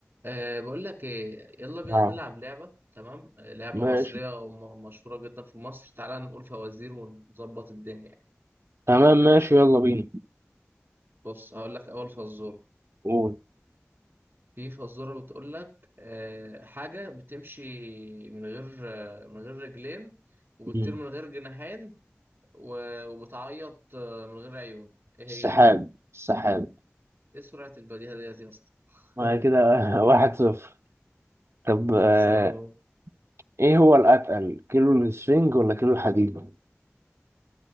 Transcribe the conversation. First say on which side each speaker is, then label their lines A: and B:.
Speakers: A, on the right; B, on the right.
A: أه بقول لك إيه يلا بينا
B: اه
A: نلعب لعبة تمام آه، لعبة
B: ماشي
A: مصرية ومشهورة جدا في مصر تعالى نقول فوازير ونظبط الدنيا يعني.
B: تمام ماشي يلا بينا
A: بص هقول لك أول فزورة
B: قول
A: في فزورة بتقول لك أه حاجة بتمشي من غير آه، من غير رجلين وبتطير
B: مم.
A: من غير جناحين و- وبتعيط آه، من غير عيون إيه هي؟
B: السحاب السحاب
A: إيه سرعة البديهة ديت يا اسطى؟
B: آه
A: <laughs>
B: كده <laughs> واحد صفر طب
A: خلصانة
B: آه ايه هو الأتقل كيلو السفنج ولا كيلو الحديد